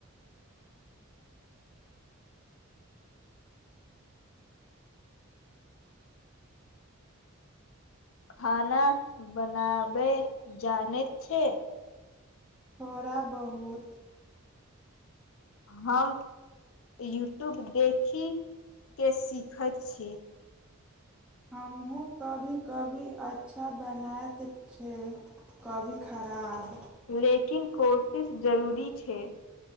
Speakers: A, on the left; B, in the centre.
A: खाना बनाबे जान छै
B: थोड़ा बहुत
A: हम यूट्यूब देखिके सीखैत छी
B: हमहूँ कभी कभी अच्छा बनाैत छै कभी खराब
A: लेकिन कोशिश जरूरी छै